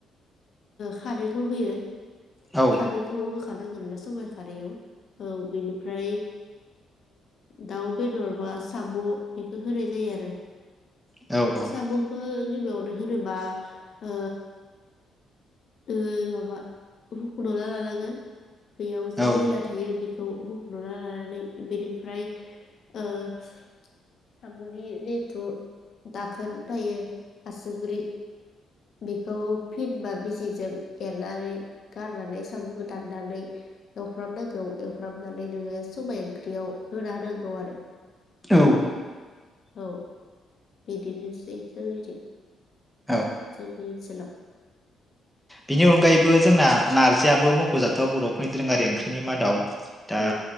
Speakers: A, on the left; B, in the centre.
A: खारैखौ होयो
B: औ
A: खारैखौ नांगोन ना सबाइ खारैयाव औ बिनिफ्राय दाउ बेदर बा साम' बेखौ होनाय जायो आरो
B: औ
A: साम'खौ गिबियावनो होनोबा ओ ओमाबा रुख'ना लानांगोन बेयाव
B: औ
A: जे मैला थायो बेखौ औ <unintelligible> लानानै बेनिफ्राय ओ साम'नि जेथु दाखोन थायो आसुग्रि बेखौ फिनबा बिजिजों एरनानै गारनानै साम'खौ दाननानै एवफ्रामनांगौ एवफ्रामनानै नोङो सबाइ ओंख्रियाव होना होदों गौ आरो
B: औ
A: औ बिदिनोसै जोंनिथि
B: औ
A: जोंनि ओनसोलाव
B: बिनि अनगायैबो जोंना नारजियाबो मख'जाथाव बर'फोरनि दोरोङारि ओंख्रिनि मादाव दा
A: औ